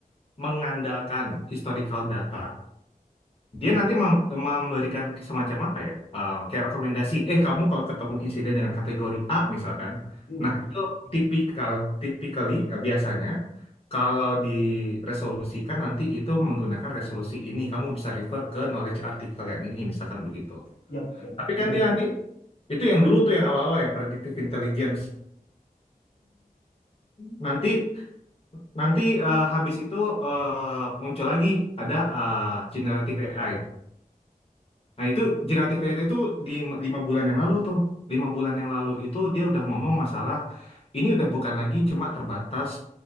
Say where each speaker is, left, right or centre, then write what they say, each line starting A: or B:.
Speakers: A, on the left; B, on the left.
A: mengandalkan historical data, dia nanti mem- memberikan semacam apa ya? eh, kayak rekomendasi, eh kamu kalau ketemu insiden dengan kategori A misalkan,
B: Hmm.
A: nah itu tipikal, typically eh, biasanya kalau diresolusikan nanti itu menggunakan resolusi ini, kamu bisa refer ke knowledge artikel yang ini, misalkan begitu.
B: Yap, yap.
A: Tapi
B: Betul
A: kan dia
B: sekali.
A: nanti, itu yang dulu tuh yang awal-awal, yang predictive intelligence. Nanti, nanti eh, habis itu eh, muncul lagi, ada eh, generative AI. Nah itu generatif AI itu di lima lima bulan yang lalu tuh. Lima bulan yang lalu itu dia udah ngomong masalah ini udah bukan lagi cuma terbatas